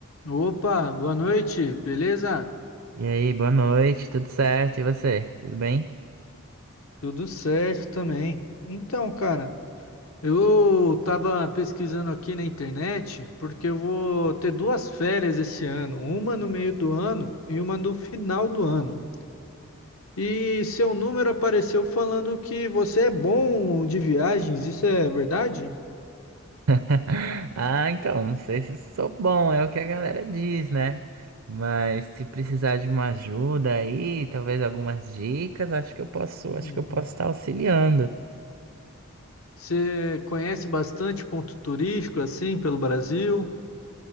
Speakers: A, on the left; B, on the right.
A: Opa, boa noite, beleza?
B: E aí, boa noite, tudo certo? E você? Tudo bem?
A: Tudo certo também. Então, cara, Eu tava pesquisando aqui na internet porque eu vou ter duas férias esse ano, uma no meio do ano e uma no final do ano. E seu número apareceu falando que você é bom de viagens, isso é verdade?
B: <laughs> Ah, então, não sei se sou bom, é o que a galera diz, né? Mas se precisar de uma ajuda aí, talvez algumas dicas, acho que eu posso, acho
A: uhum,
B: que eu posso estar auxiliando.
A: Você conhece bastante ponto turístico assim pelo Brasil?